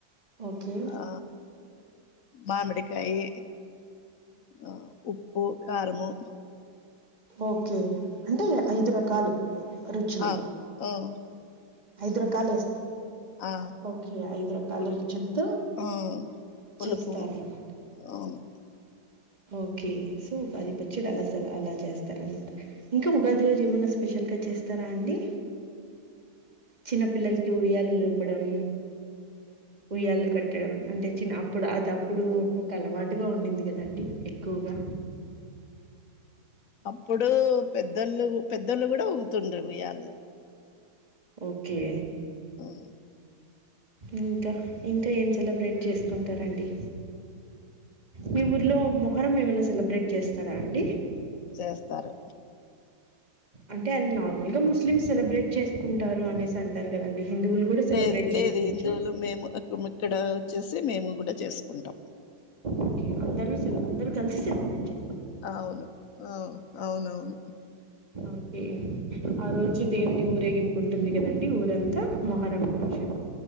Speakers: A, on the right; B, on the left.
A: ఓకే
B: ఆ మామిడికాయి ఆ ఉప్పు కారము
A: ఓకే అంటే ఐదు రకాలు రుచులు
B: అవు ఓ
A: ఐదు రకాలు వేస్త
B: ఆ
A: ఓకే ఐదు రకాల
B: పులుపు
A: రుచలతో
B: ఆ పులుపు
A: చేస్తారనమాట
B: అవును
A: ఓకే సో ఉగాది పచ్చడి అలా స అలా చేస్తారనమాట ఇంకా ఉగాది రోజు ఏమైనా స్పెషల్గా చేస్తారా అండి చిన్నపిల్లలకి ఉయ్యాాల లోపడం ఉయ్యాళ కట్టడం అంటే చిన్న అప్పుడు అది అప్పుడు ఒక అలవాటుగా ఉండింది కదండి ఎక్కువగా
B: అప్పుడు పెద్దళ్లుు పెద్దళ్లుు కూడా ఊగుతుండ్రి ఊయ్యాళు
A: ఓకే
B: హూ
A: ఇంకా ఇంకా ఏం సెలబ్రేట్ చేసుకుంటారండి మీ ఊర్లో మొహరం ఏమనా సెలబ్రేట్ చేస్తారా అండి
B: చేస్తారు
A: అంటే అది నార్మల్గా ముస్లిమ్స్ సెలబ్రేట్ చేసుకుంటారు అనేసి అంటారు కదండి హిందువులు కూడా సెలబ్రేట్
B: లేదు లేదు
A: చేసుకోవచ్చు
B: హిందువులు మేము ఇక్కడ వచ్చేసి మేము కూడా చేసుకుం కుంటాం
A: ఓకే అందరూ సెల అందరూ కలిసి సెలబ్రేట్ చే
B: అవును ఆవు అవునవును
A: ఓకే ఆ రోజు దేవుని ఊరేగింకుంటుంది కదండి ఊరంతా మొహరం రోజు